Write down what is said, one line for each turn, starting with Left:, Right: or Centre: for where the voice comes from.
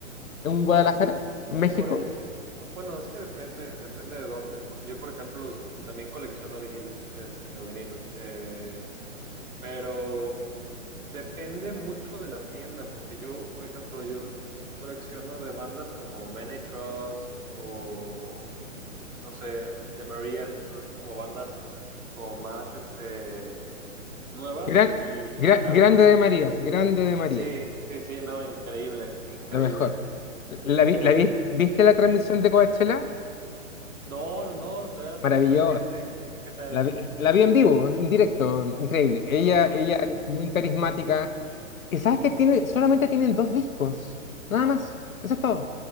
Left: en Guadalajara, en México.
Right: Por ejemplo, bueno, es que depende, depende de dónde, porque yo, por ejemplo, los, también colecciono vinilos, este, o vinilos. eh, pero depende mucho de la tienda, porque yo, por ejemplo, yo colecciono de bandas como Man I Trust o, no sé, The Marías, que son así como bandas o más, este, nuevas
Left: Gran-
Right: y...
Left: gra-
Right: ah,
Left: grande de Marías, grande de Marías.
Right: Sí, sí, sí, no, increíbles, increíbles.
Left: Lo mejor. ¿La,
Right: Eh,
Left: vi- la vi- viste la transmisión de Coachella?
Right: no, no, no, todavía la tengo
Left: Maravilloso.
Right: pendiente. ¿Qué tal?
Left: La, vi la vi en vivo, en directo, increíble. Ella,
Right: Wow.
Left: ella es muy carismática. ¿Y sabes qué tiene? Solamente tienen dos discos. Nada más. Eso es todo.